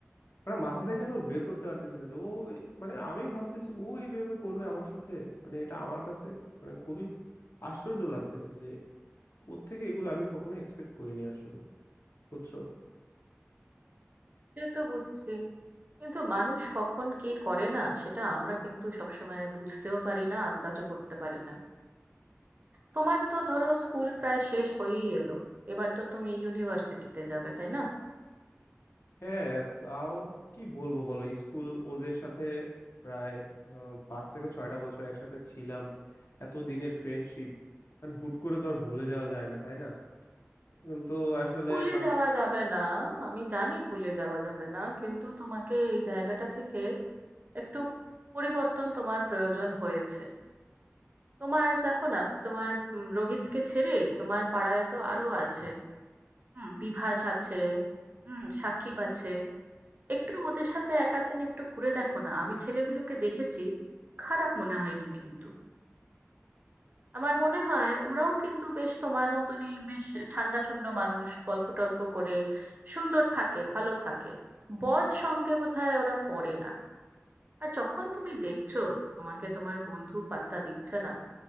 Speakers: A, on the left (about 70°); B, on the right (about 40°).
A: মানে মাথা থেকে আসলে বের করতে পারতেছি না যে ও এই- মানে আমি ভাবতেছি ও এইভাবে করবে আমার সাথে মানে এটা আমার কাছে মানে খুবই আশ্চর্য লাগতেছে যে ওর থেকে এগুলো আমি কখনো এক্সপেক্ট করিনি আসলে বুঝছো
B: সে তো বুঝছি কিন্তু মানুষ কখন কি করে না সেটা আমরা কিন্তু সবসময় বুঝতেও পারি না আন্দাজও করতে পারি না তোমার তো ধরো স্কুল প্রায় শেষ হয়েই এলো এবার তো তুমি ইউনিভার্সিটিতে যাবে তাই না
A: হ্যাঁ তাও কি বলবো বলো স্কুল ওদের সাথে প্রায় আহ, পাঁচ থেকে ছয়টা বছর একসাথে ছিলাম এত দিনের ফ্রেন্ডশিপ মানে হুট করে তো আর ভুলে যাওয়া যায় না তাই না উম, তো আসলে
B: ভুলে
A: বান-
B: যাওয়া যাবে না আমি জানি ভুলে যাওয়া যাবে না কিন্তু তোমাকে এই জায়গাটা থেকে একটু পরিবর্তন তোমার প্রয়োজন হয়েছে তোমার দেখো না তোমার উম, রোহিতকে ছেড়ে তোমার পাড়ায় তো আরো আছে হুম বিভাস আছে হুম সাকিব আছে একটু ওদের সাথে এক আধ দিন একটু ঘুরে দেখো না আমি ছেলেগুলোকে দেখেছি খারাপ মনে হয়নি কিন্তু আমার মনে হয় ওরাও কিন্তু বেশ তোমার মতনই বেশ ঠান্ডা ঠান্ডা মানুষ গল্প টল্প করে সুন্দর থাকে ভালো থাকে বদ সঙ্গে বোধহয় ওরা পড়ে না আর যখন তুমি দেখছো তোমাকে তোমার বন্ধু পাত্তা দিচ্ছে না